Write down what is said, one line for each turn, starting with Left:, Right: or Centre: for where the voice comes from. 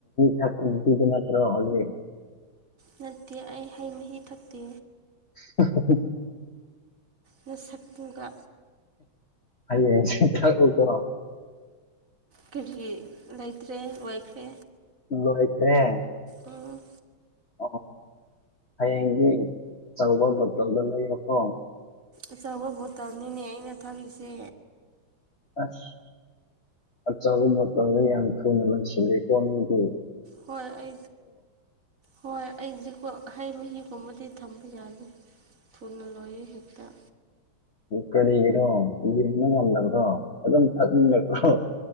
Left: ꯍ ꯊ ꯗꯅꯠꯇꯣ ꯍꯧꯦ
Right: ꯅꯠꯇꯦ ꯑꯩ ꯍꯩ ꯃꯍꯤ ꯊꯛꯇꯦ
Left: <unintelligible>
Right: ꯅ ꯁꯛꯇꯨꯒ
Left: ꯍꯥꯏ ꯆ ꯊ ꯀꯣ
Right: ꯀꯔꯤ ꯂꯩꯇ꯭ꯔꯦ ꯂꯣꯏꯈ꯭ꯔꯦ
Left: ꯂꯣꯏꯁꯦ
Right: ꯎꯝ
Left: ꯑꯣ ꯍꯌꯦꯡꯗꯤ ꯑꯆꯧꯕ ꯃꯇꯣꯜꯗꯣ ꯂꯩꯕꯀꯣ
Right: ꯑꯆꯧꯕ ꯕꯣꯇꯜꯅꯤꯅꯦ ꯑꯩꯅ ꯊꯝꯂꯤꯁꯦ
Left: ꯑꯁ ꯑꯆꯧꯕ ꯃꯇꯝꯗ ꯌꯥꯝ ꯊꯨꯅ ꯂ ꯁꯤꯂꯦꯀꯣ ꯃꯤꯒꯤ
Right: ꯍꯣꯏ ꯑꯩ ꯍꯣꯏ ꯑꯩꯁꯤ ꯍꯩ ꯃꯍꯤꯒꯨꯝꯕꯗꯤ ꯊꯝꯕ ꯌꯥꯗꯦ ꯊꯨꯅ ꯂꯣꯏꯌꯦ ꯍꯦꯛꯇ
Left: ꯀꯔꯤꯒꯤꯅꯣ ꯌꯦꯡꯕ ꯉꯝꯕ꯭ꯔꯣ ꯑꯗꯨꯝ ꯊꯛꯃꯤꯟꯅꯕ꯭ꯔꯣ